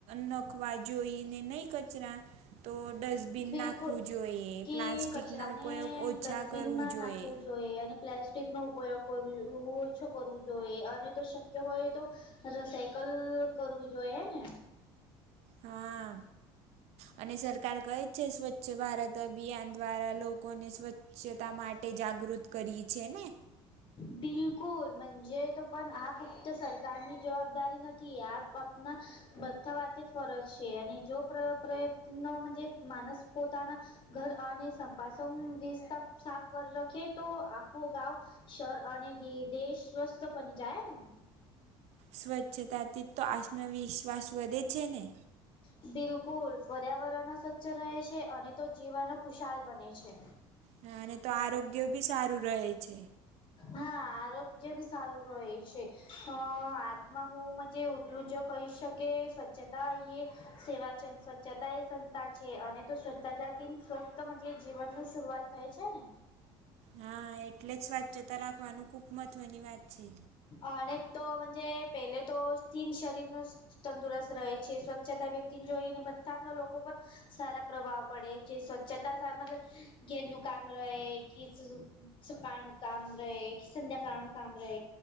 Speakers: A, on the right (about 70°); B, on the left (about 50°).
A: નખવા જોઈને નહી કચરા તો ડસ્ટબિન
B: બિલકુલ
A: નાખવું જોઈએ,
B: કે
A: પ્લાસ્ટિકનો
B: કચરાને
A: ઉપયોગ ઓછા
B: ડસ્ટબિનમાં
A: કરવું જોઈએ.
B: નાખવું જોઈએ અને પ્લાસ્ટિક નો ઉપયોગ કરવુ ઓછો કરવું જોઈએ અને તો શક્ય હોય તો રસાયકલ કરવું જોઈ હે ને?
A: હા અને સરકાર કઈ છે સ્વચ્છ ભારત અભિયાન દ્વારા લોકોને સ્વચ્છતા માટે જાગૃત કરી છે ને
B: બિલકુલ મજે તો પણ આ ફક્ત સરકારની જવાબદારી નથી આપ આપના બધા વા ફરજ છે અને જો પ્રયત્નો માણસ પોતાના ઘર અને સંપાસન સાફ કરી રાખે તો આખું ગાવ શર આને દી દેશ સ્વસ્થ બની જાય ને
A: સ્વચ્છતાથી તો આત્મવિશ્વાસ વધે છે ને
B: હ બિલકુલ પર્યાવરણો સ્વચ્છ રહે છે અને તો જીવન ખુશાલ બને છે
A: હા અને તો આરોગ્ય બી સારું રહે છે
B: હા આરોગ્ય બી સારું રહે છે હાથમાં હું મજ એટલું જો કહી શકે સ્વચ્છતા એ સેવા છેંદ સ્વચ્છતા એ છે અને તો સ્વચ્છથી સ્વસ્ જે જીવન ન શરૂઆત થાય છે ને
A: હા એટલે જ સ્વચ્છતા રાખવાનું ખુબ મહત્વની વાત છે
B: અને તોજ પહેલે તો સ્થીન શરીરનું તંદુરસ્ત રહે છે સ્વચ્છતા વ્યક્તિને જોઈને બથાના લોકો પણ સારા પ્રભાવ પડે જે સ્વચ્છતા ઘેરનું કામ રહે કે સુ સુકાણું કામ રહે કે સંધ્યાકાણ કામ રહે